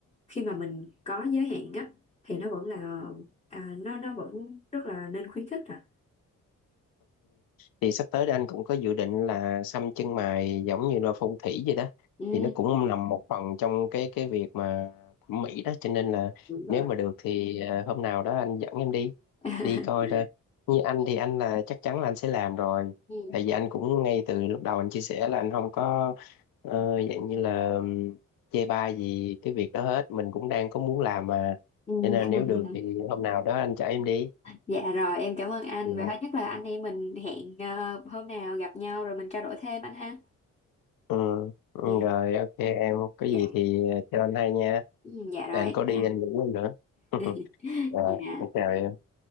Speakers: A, on the left; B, on the left.
A: khi mà mình có giới hạn á thì nó vẫn là à, nó nó vẫn rất là nên khuyến khích à
B: thì sắp tới đây anh cũng có dự định là xăm chân mày giống như là phong thủy vậy đó
A: Ừ,
B: thì nó cũng nằm một phần trong cái cái việc mà thẩm mỹ đó cho nên là
A: đúng rồi.
B: nếu mà được thì ờ, hôm nào đó anh dẫn em đi
A: <laughs>
B: đi coi ra như anh thì anh là chắc chắn là anh sẽ làm rồi
A: Ừ.
B: tại vì anh cũng ngay từ lúc đầu anh chia sẻ là anh không có ờ, dạng như là ừm, chê bai gì cái việc đó hết mình cũng đang có muốn làm mà
A: Ừ.
B: cho nên
A: <laughs>
B: là nếu được thì hôm nào đó anh chở em đi
A: Dạ rồi, em cảm ơn anh.
B: Ừ.
A: Vậy thôi chắc là anh em mình hẹn ờ, hôm nào gặp nhau rồi mình trao đổi thêm anh ha.
B: Ừ, ừ,
A: Dạ,
B: rồi ok em có
A: dạ.
B: gì thì ờ, cho anh hay nha.
A: Ừ, Dạ rồi,
B: Để anh
A: em
B: có đi
A: chào anh.
B: anh ngủ luôn nữa. <laughs>
A: <laughs>
B: Rồi,
A: Dạ.
B: anh chào em.